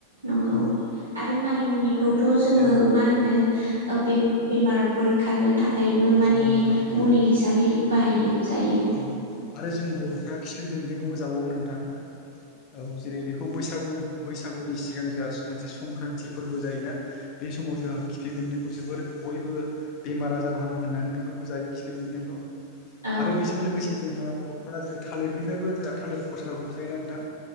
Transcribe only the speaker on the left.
औ
औ
औ नोंथां औ
औ आरो जों बर'फ्रा खिफि बेन्दोंखौबो जाबावो नोंथां औ जेरै बेखौ बैसागु बसाग बैसागुनि सिगां जोंहा मोनसे संक्रान्ति फोरबो जायोना बे समाव जोंहा खिफि बेन्दों बेखौ जोबोर बयबो बेमार आजार हामो होननानै बेखौबो जायो खिफि बेन्दोंखौ
आरो बेजों लोगोसे जोंहा बर'फोरा जेरै थालिरनिफ्रायबो जोंहा थालिर फस्लाखौबो जायो नोंथां